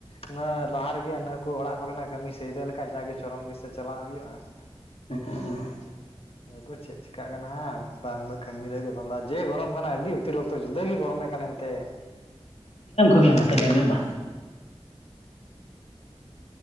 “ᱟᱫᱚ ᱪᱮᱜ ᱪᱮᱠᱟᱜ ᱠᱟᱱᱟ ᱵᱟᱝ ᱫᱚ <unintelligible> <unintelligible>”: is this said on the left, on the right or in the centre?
Left